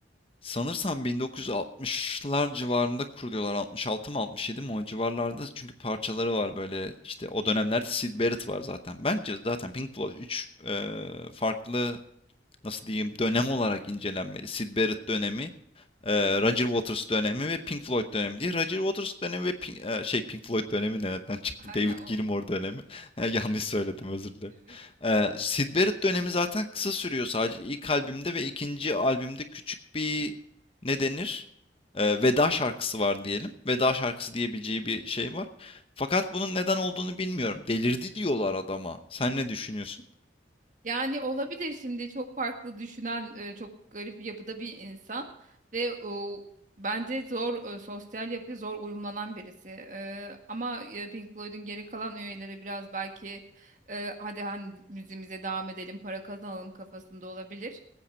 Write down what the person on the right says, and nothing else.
Hı hı.
<laughs> Aynen
o.
Evet.
Yani olabilir şimdi çok farklı düşünen e, çok garip bir yapıda bir insan ve o, bence zor e, sosyal yapıya zor uyumlanan birisi. E, ama e, Pink Floyd'un geri kalan üyeleri biraz belki e, hadi hani müziğimize devam edelim para kazanalım kafasında olabilir.